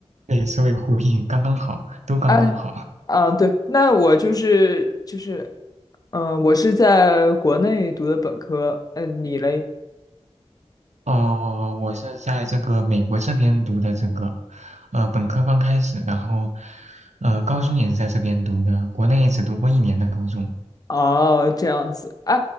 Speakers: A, on the right; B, on the left.
A: 对，所以呼应，刚刚好，
B: <laughs>
A: 都刚刚好。
B: 哎，嗯，对，那我就是就是，嗯、我是在国内读的本科，嗯、你嘞？
A: 哦，我是在这个美国这边读的这个，呃，本科刚开始，然后，呃，高中也是在这边读的，国内只读过一年的高中。
B: 哦，这样子啊，